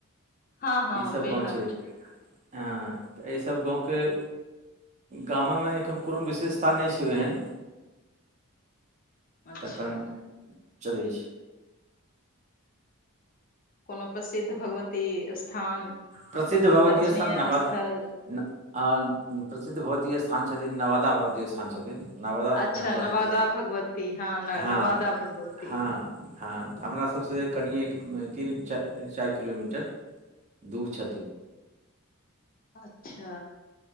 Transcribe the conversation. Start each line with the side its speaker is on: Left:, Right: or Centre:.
Left: हँ हँ
Right: ई सब
Left: बेहद
Right: गाँव छै हँ तऽ एयसब गाँव केँ गामामे एखन कोनो विशेषता नय छै ओहेन
Left: अच्छा
Right: तखन चलै छै
Left: कोनो प्रसिद्ध भगवती स्थान
Right: प्रसिद्ध भगवतीय
Left: दर्शनीय
Right: स्थान नवाद
Left: स्थल
Right: न आ प्रसिद्ध भगवती स्थान छथिन नवदा भगवती स्थान छथिन नवादा छथि
Left: अच्छा
Right: हमरा
Left: नवादा
Right: सबसँ
Left: भगवती
Right: हँ
Left: नवादा भगवती
Right: - हँ - हँ हमरा सबसँ कनिएक तीन चाइर - चाइर किलो मीटर दूर छथि
Left: अच्छा